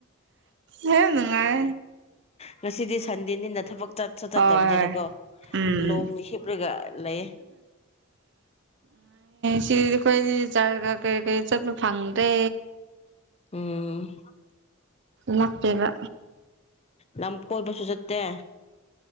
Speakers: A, on the right (about 55°); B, on the left (about 30°).
A: ꯌꯥꯝ ꯅꯨꯡꯉꯥꯏ
B: ꯉꯁꯤꯗꯤ ꯁꯟꯗꯦꯅꯤꯅ ꯊꯕꯛ ꯆꯠꯁꯨ ꯆꯠꯇꯕꯅꯤꯅꯀꯣ
A: ꯍꯣꯏ ꯍꯣꯏ ꯎꯝ
B: ꯂꯣꯡꯅ ꯍꯤꯞꯂꯒ ꯂꯩꯌꯦ
A: ꯁꯤ ꯀꯣꯏ ꯆ <unintelligible> ꯀꯩ ꯀꯩ ꯆꯠꯄꯥ ꯐꯪꯗꯦ
B: ꯎꯝ
A: ꯂꯥꯞꯄꯦꯕ
B: ꯂꯝ ꯀꯣꯏꯕꯁꯨ ꯆꯠꯇꯦ